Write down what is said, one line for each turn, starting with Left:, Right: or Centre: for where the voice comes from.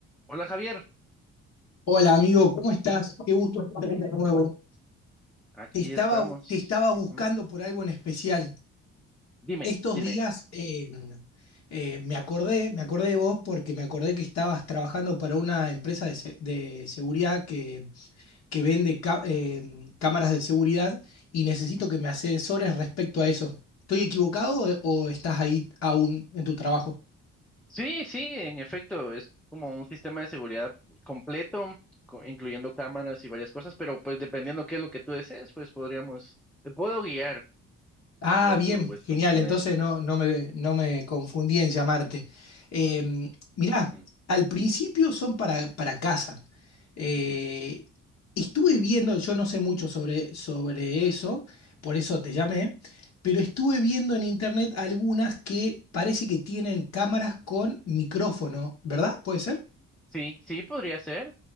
Centre: Hola Javier,
Left: Hola amigo, ¿cómo estás? Qué gusto escucharte de nuevo.
Centre: aquí
Left: Te estaba,
Centre: estamos.
Left: te estaba buscando
Centre: Ujú.
Left: por algo en especial.
Centre: Dime,
Left: Estos
Centre: dime.
Left: días eh, eh, me acordé, me acordé de vos porque me acordé que estabas trabajando para una empresa de, se- de seguridad que, que vende ca- eh, cámaras de seguridad y necesito
Centre: Ujú.
Left: que me asesores respecto a eso. ¿Estoy equivocado o o estás ahí aún en tu trabajo?
Centre: Sí, sí, en efecto, es como un sistema de seguridad completo, co- incluyendo cámaras y varias cosas, pero pues dependiendo qué es lo que tú desees, pues podríamos, te puedo guiar
Left: Ah,
Centre: y ya
Left: bien,
Centre: tú pues
Left: genial.
Centre: tomas una
Left: Entonces
Centre: decisión.
Left: no, no me, no me confundí en llamarte. Eh, mirá,
Centre: Mm,
Left: al principio son para, para casa. Eh,
Centre: ujú.
Left: estuve viendo, yo no sé mucho sobre, sobre eso, por eso te llamé, pero estuve viendo en internet algunas que parece que tienen cámaras con micrófono, ¿verdad? ¿Puede ser?
Centre: Sí, sí, podría ser.